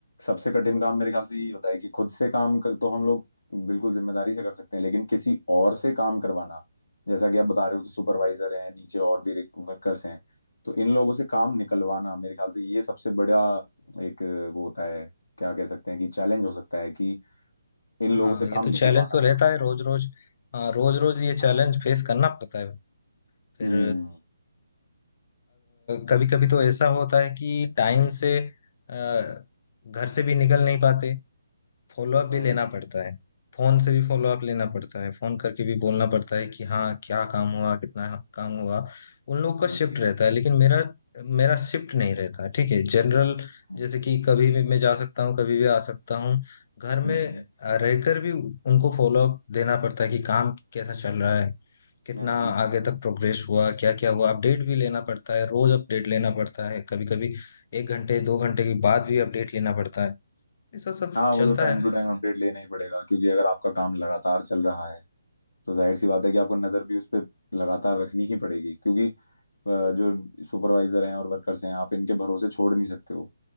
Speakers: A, on the left; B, on the left.
A: सबसे कठिन काम मेरे ख्याल से यही होता है कि खुद से काम कर तो हम लोग बिल्कुल जिम्मेदारी से कर सकते हैं लेकिन किसी और से काम करवाना जैसा कि आप बता रहे हो कि सुपरवाइजर हैं नीचे और भी वर्कर्स हैं तो इन लोगों से काम निकलवाना मेरे ख्याल से ये सबसे बड़ा एक वो होता है क्या कह सकते हैं कि चैलेंज हो सकता है कि इन लोगों
B: हाँ
A: से
B: ये
A: काम
B: तो
A: निकलवाना
B: चैलेंज तो रहता है रोज रोज हाँ, रोज रोज ये चैलेंज
A: हाँ
B: फेस करना पड़ता है फिर
A: हम्म
B: कभी कभी तो ऐसा होता है कि टाइम से अ, घर से भी निकल नहीं पाते फॉलोअप भी
A: हम्म
B: लेना पड़ता है फोन से भी फॉलोअप लेना पड़ता है फोन करके भी बोलना पड़ता है कि हाँ क्या काम हुआ कितना काम हुआ उन लोग
A: समझ
B: का शिफ्ट
A: गया
B: रहता है लेकिन मेरा मेरा शिफ्ट नहीं रहता ठीक है जनरल
A: हम्म
B: जैसे कि कभी भी मैं जा सकता हूँ कभी भी आ सकता हूँ घर
A: हम्म
B: में अ, रहकर भी उनको फॉलोअप देना पड़ता है कि काम कैसा चल रहा है कितना
A: हम्म।
B: आगे तक प्रोग्रेस हुआ क्या क्या हुआ अपडेट भी लेना पड़ता है रोज अपडेट लेना पड़ता है कभी कभी एक घंटे दो घंटे के बाद भी अपडेट लेना पड़ता है ऐसा सब
A: हाँ वो
B: चलता
A: तो टाइम
B: है
A: टू टाइम अपडेट लेना ही पड़ेगा क्योंकि अगर आपका काम लगातार चल रहा है तो जाहिर सी बात है कि आपको नजर भी उस पर लगातार रखनी ही पड़ेगी क्योंकि अ, जो सुपरवाइजर हैं और वर्कर्स हैं आप इनके भरोसे छोड़ नहीं सकते हो